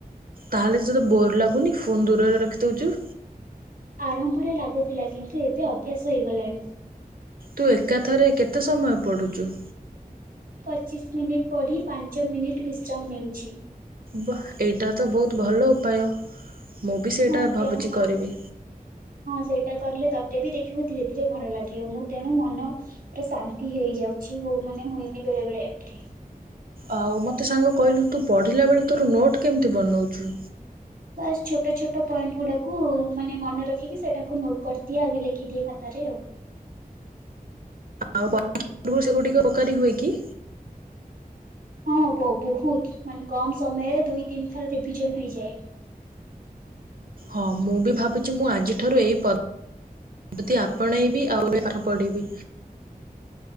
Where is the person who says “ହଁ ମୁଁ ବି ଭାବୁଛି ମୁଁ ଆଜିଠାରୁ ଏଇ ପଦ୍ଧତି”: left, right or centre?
Right